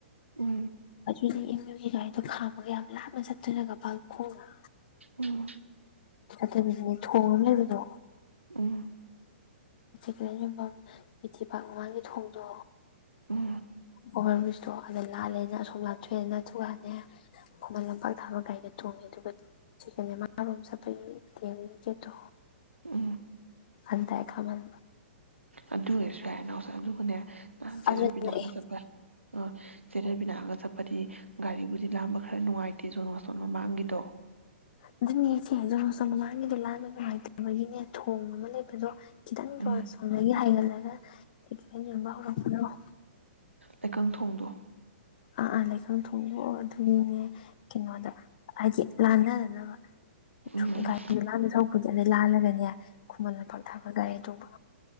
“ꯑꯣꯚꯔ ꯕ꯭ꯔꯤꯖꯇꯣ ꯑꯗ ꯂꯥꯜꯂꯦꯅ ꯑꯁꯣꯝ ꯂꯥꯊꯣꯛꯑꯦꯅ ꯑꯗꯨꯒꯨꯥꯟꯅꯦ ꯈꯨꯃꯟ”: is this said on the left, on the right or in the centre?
Left